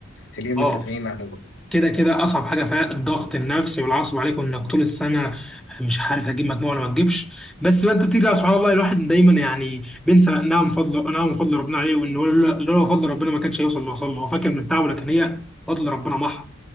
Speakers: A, on the left (about 65°); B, in the centre.
A: خلينا
B: اه
A: متفقين على ده
B: كده كده اصعب حاجه فيها الضغط النفسي والعصب عليك وانك طول السنه مش عارف هتجيب مجموع ولا ما تجيبش بس بقى انت بتيجي لا، سبحان الله الواحد دايما يعني بينسى انها من فضل انها من فضل ربنا عليه وان لولا لولا فضل ربنا ما كانش هيوصل اللي وصل له هو فاكر من تعبه لكن هي فضل ربنا محض